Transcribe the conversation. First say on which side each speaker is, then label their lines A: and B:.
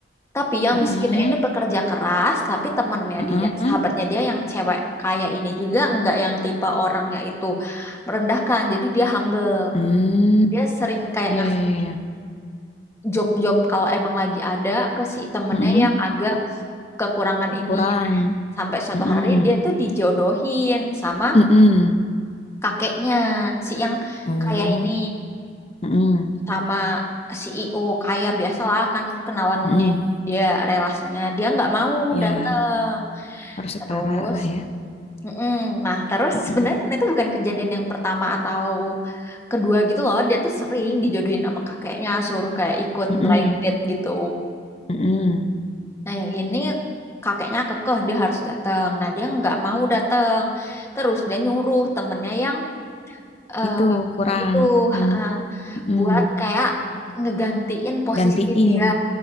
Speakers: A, on the left (about 15°); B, on the left (about 35°).
A: Tapi yang
B: Heeh,
A: miskin ini pekerja keras, tapi temennya
B: heeh.
A: dia, sahabatnya dia yang cewek kaya ini juga enggak yang tipe orangnya itu merendahkan. Jadi dia humble.
B: Hmm,
A: Dia sering kayak
B: iya
A: ngasih
B: iya iya. iya.
A: job-job kalau emang lagi ada ke si temennya
B: Heeh.
A: yang agak kekurangan ini.
B: Kurang.
A: Sampai suatu
B: Heeh.
A: hari dia tuh dijodohin sama
B: Heeh.
A: kakeknya, si yang
B: Oh,
A: kaya ini,
B: heeh.
A: sama CEO kaya biasalah kan kenalannya
B: Heeh.
A: dia relasinya. Dia nggak mau
B: Ya,
A: datang.
B: harus
A: Terus,
B: setara lah ya.
A: mm-mm. Nah terus sebenarnya
B: Heeh.
A: itu bukan kejadian yang pertama atau kedua gitu loh. Dia tuh sering dijodohin sama kakeknya, suruh kayak ikut
B: Heeh.
A: blind date gitu.
B: Heeh.
A: Nah, yang ini kakeknya kekeh dia harus datang. Nah, dia nggak mau datang. Terus dia nyuruh temennya yang eh,
B: Itu kurang
A: itu
B: yang
A: eh,
B: heeh.
A: buat kayak ngegantiin posisi
B: Gantiin.
A: dia